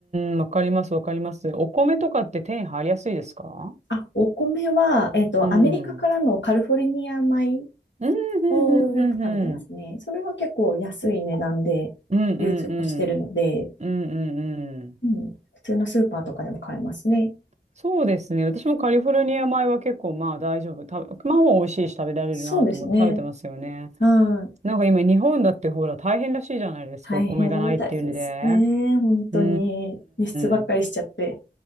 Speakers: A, on the right; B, on the left.
A: うーん、わかりますわかります。お米とかって手に入りやすいですか
B: あ、お米は、えっと、
A: うん。
B: アメリカからのカリフォルニア米
A: うんうんうんうんうん。
B: をよく食べてますね。それは結構安い値段で流通もしてるので、
A: うんうんうん。うんうんうん。
B: うん、普通のスーパーとかでも買えますね。
A: そうですね。私もカリフォルニア米は結構まあ大丈夫。食べまあまあ美味しいし食べられるなと思って食べてますよね。
B: そうですね。はい
A: なんか今日本だってほら大変らしいじゃないですか、
B: 大変みたいですね。
A: お米がないっていうので。
B: 本当に輸出ばっかりしちゃって。
A: うーん。